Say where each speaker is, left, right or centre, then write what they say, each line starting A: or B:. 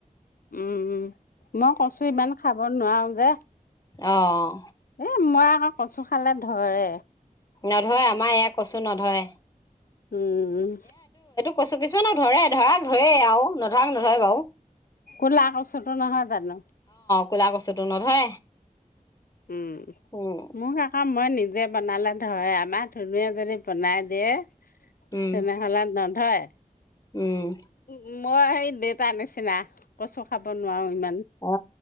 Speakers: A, on the left (about 80°); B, on the left (about 25°).
A: উম মই কছো ইমান খাব নোৱাৰো। যে
B: অহঁ
A: এ মই আকৌ কচু খালে ধৰে।
B: নধৰে আমাৰ এয়া কচু নধৰে
A: উম, উম
B: কৈছো কিছুমানক ধৰে ধৰাক ধৰে আৰু নধৰাৰাক নধৰে বাৰু।
A: কলাকছট নহয় যানো।
B: কোলা কছুটো নধৰে।
A: উম,
B: উম
A: মোক সেই কাম মই নিজ। বনালে ধয় আমাৰ ধনুে যদি বনাই দিয়ে।
B: উম
A: তেনে হলে নধয়।
B: উম।
A: উ মই সেই দেউতাৰ নিচিনা। কচু খাব নোৱাৰো ইমান,
B: অ